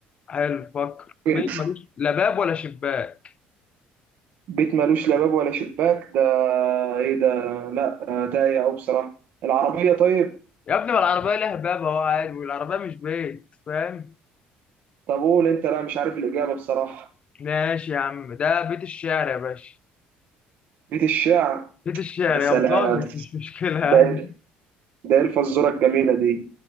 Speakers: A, on the left; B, on the right.
A: حلو فكر بيت
B: ممكن
A: ملوش لا باب ولا شباك
B: بيت ملوش لا باب ولا شباك ده ايه ده لا آه، تايه او بصراحة العربية طيب
A: يا ابني ما العربيه لها باب اهو عادي والعربيه مش بيت فاهم
B: طب قول انت لا مش عارف الإجابة بصراحة
A: ماشي يا عم ده بيت الشعر يا باشا
B: بيت الشعر
A: بيت الشعر
B: يا سلام
A: يا بضان بس مش مشكلة
B: ده
A: يعني
B: إيه، ده ايه الفزورة الجميلة دي